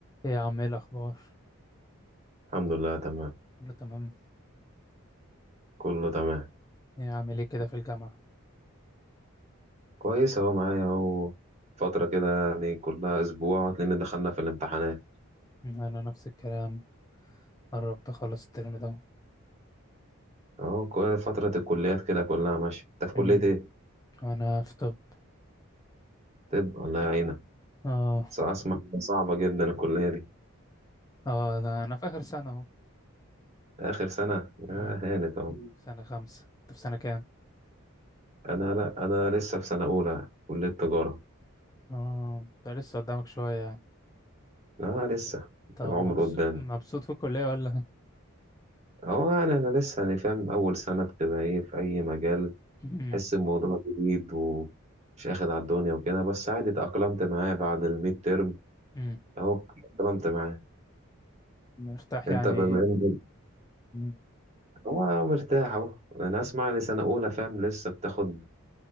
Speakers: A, on the left; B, on the right.
A: ايه يا عم ايه الاخبار
B: الحمد لله تمام
A: كله تمام
B: كله تمام
A: ايه عامل ايه كده في الجامعه
B: كويس اهو معايا اهو فترة كده يعني كلها اسبوع لان دخلنا في الامتحانات
A: مم، انا نفس الكلام قربت اخلص الترم ده
B: اهو كو- فترة الكليات كده كلها ماشية انت في كلية
A: امم
B: ايه؟
A: انا في طب
B: طب الله يعينك
A: اه
B: بس اسمع إنها صعبة جدا الكلية دي
A: اه لا انا في اخر سنه اهو
B: اخر سنة
A: امم
B: آه هانت اهو
A: سنه خمسة انت في سنه كام
B: انا لا انا لسه في سنة اولى كلية تجارة
A: اه ده لسه قدامك شويه يعني
B: اه لسه
A: طب
B: العمر
A: مبسوط
B: قدامي
A: مبسوط في الكليه ولا
B: اهو يعني انا لسه يعني فاهم اول سنة بتبقى ايه في اي مجال
A: امم
B: تحس الموضوع جديد ومش اخد على الدنيا وكده بس عادي اتأقلمت معاه بعد الميد ترم
A: امم
B: اهو اتأقلمت معاه
A: مرتاح
B: انت
A: يعني
B: بما انك
A: مم.
B: هو مرتاح اهو انا اسمع لي سنة اولى فاهم لسه بتاخد